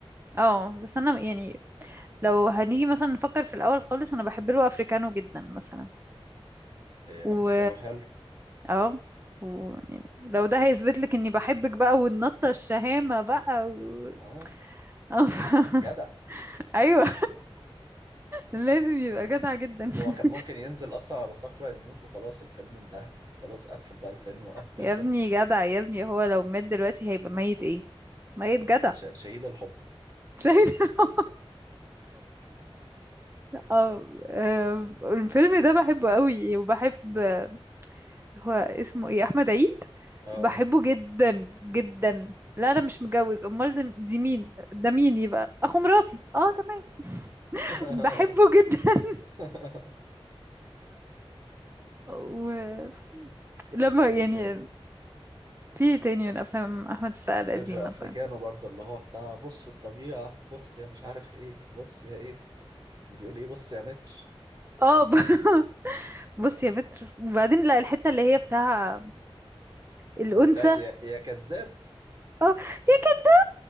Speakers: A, on the right; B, on the right.
A: اه بس انا يعني لو هنيجي مثلا نفكر في الاول خالص انا بحب له افريكانو جدا مثلا
B: إيه
A: و
B: افريكانو حلو
A: اه و... يعني لو ده هيثبت لك اني بحبك بقى والنطة الشهامة بقى و...
B: اه
A: آه، ف-
B: جدع
A: <laughs> ايوه لازم يبقى جدع جدا <laughs>
B: هو كان ممكن ينزل اصلا على صخره يموت وخلاص الفيلم انتهى خلاص قفل بقى الفيلم <laughs> وقفل
A: يا
B: ده
A: ابني جدع يا ابني هو لو مات دلوقتي هيبقى ميت ايه ميت
B: آه،
A: جدع
B: ش- شهيد الحب
A: شاهد <laughs> اه آه، الفيلم ده بحبه قوي وبحب آه، هو اسمه ايه احمد عيد
B: اه
A: بحبه جدا جدا لا انا مش متجوز امال زم- دي مين ده مين يبقى اخو مراتي اه تمام
B: <laughs>
A: بحبه جدا
B: <laughs>
A: <laughs> ولما
B: كان في
A: يعني
B: ايه تاني
A: في تاني من افلام احمد السقا
B: في
A: القديمه
B: في افريكانو
A: طيب
B: برضه اللي هو بتاع بصوا الطبيعة بص يا مش عارف ايه بص يا ايه كان بيقول ايه بص يا متر
A: اه ب- <laughs> بص يا متر وبعدين لا الحته اللي هي بتاع الانثى
B: وبتاعت يا, يا كذاب
A: اه يا كده